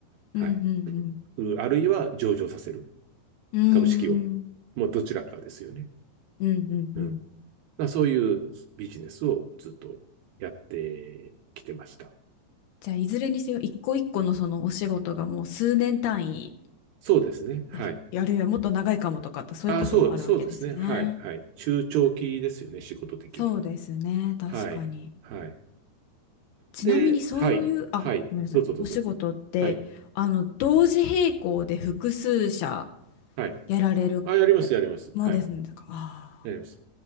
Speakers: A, on the right; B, on the left.
A: はい。
B: うんうん
A: あるいは上場させる。
B: うん。うーん。
A: 株式を。もうどちらかですよね。
B: うんうんうん。
A: うん。だそういうビジネスをずっとやってきてました。
B: じゃあ、いずれにせよ、一個一個のそのお仕事がもう数年単位、
A: そうですね。はい。
B: あるいはもっと長いかもとかって、そういうこともあるわけですね。
A: あ、そう、そうですね。はい、はい。中長期ですよね、仕事的には。
B: そうですね、確かに。
A: はい、はい。
B: ちなみにそういう、
A: で、はい、はい。
B: あ、ごめんなさい、
A: どうぞどうぞ。
B: お仕事って、
A: はい、
B: あの、同時並行で複数社
A: はい。
B: やられるたものですね、
A: あ、やります、やります。はい。
B: か、ああ、
A: やります。